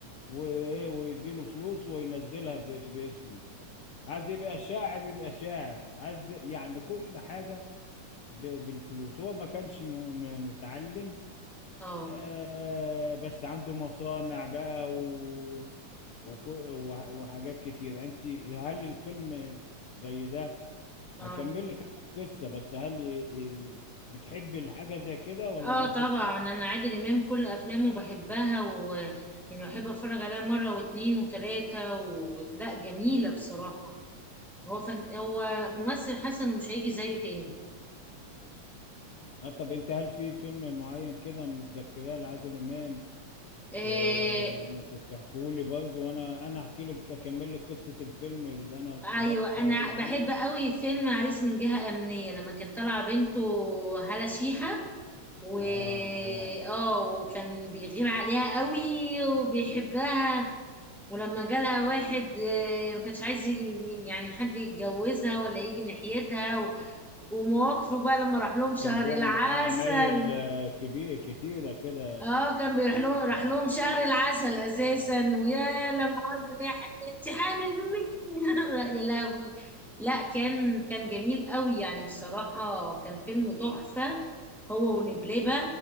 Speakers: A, on the left; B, in the centre.
A: و- ويديله فلوس وينزلها ب- باسمه عايز يبقى شاعر يبقى شاعر عايز يعني كل حاجة ب- بالفلوس هو ما كانش م- م- متعلم
B: اه
A: آه، بس عنده مصانع بقى و... وك- وح- وحاجات كتيرة انت هل الفيلم زي ده
B: اه
A: هكمل لك انا القصة بس هل ي- ي- بتحبي الحاجة زي كده ولا
B: اه
A: ممكن
B: طبعا
A: ت...
B: انا عادل امام كل افلامه بحبها و يعني بحب اتفرج عليها مره واتنين وتلاته و... لا جميله بصراحه هو فن... هو ممثل حسن ومش هيجي زيه تاني
A: اه طب انت هل في فيلم معين كده متذكراه لعادل امام
B: آه،
A: ت... ممكن تحكولي برضه وانا انا احكي لك اكمل لك قصة الفيلم اللي انا اتفرجت
B: ايوه انا
A: عليه ده
B: بحب قوي فيلم عريس من جهة امنية لما كانت طالعة بنته هالة شيحة و
A: اه آه.
B: اه وكان بيغير عليها قوي وبيحبها ولما جالها واحد آه، ما كانش عايز ي- يعني حد يتجوزها ولا يجي ناحيتها و... ومواقفه بقى لما راح لهم شهر
A: كان بيعمل
B: العسل
A: معاه عمايل آه، كبير كتيرة كده
B: اه كان بيروح لهم راح
A: اه
B: لهم شهر العسل اساسا ويا لما عرف ان هي حامل انت حامل مني <laughs> يا لهوي لا كان كان جميل قوي يعني بصراحة كان فيلم تحفة هو ونبلبة